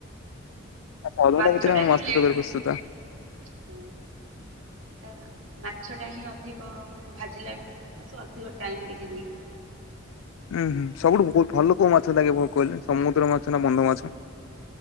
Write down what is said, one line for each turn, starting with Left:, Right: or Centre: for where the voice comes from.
Left: ଅଧ ଘଣ୍ଟା ଭିତରେ
Right: ମାଛ
Left: ଭିତରେ
Right: ଟା
Left: ଆମର
Right: ହିଁ
Left: ମାଛ
Right: ଲେଟ୍
Left: ତରକାରୀ ପ୍ରସ୍ତୁତ।
Right: ହଁ। କାହିଁନା ମାଛଟା ହିଁ ଅଧିକ ମାନେ ଭାଜିଲା ଆଞ୍ଚ ଅଧିକ ଟାଇମ୍ ଟିକେ ନିଏ।
Left: ଉଁ ହୁଁ। ସବୁଠୁ ବହୁତ ଭଲ କୋଉ ମାଛ ଲାଗେ କହିଲେ ସମୁଦ୍ର ମାଛ ନା ବନ୍ଧ ମାଛ?